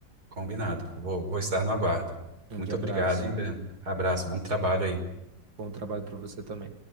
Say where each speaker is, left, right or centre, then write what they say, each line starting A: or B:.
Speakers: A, on the right; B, on the right.
A: Combinado. Vou, vou estar no aguardo.
B: Grande
A: Muito
B: abraço.
A: obrigado, hein, Breno? Abraço, bom trabalho aí.
B: Bom trabalho para você também.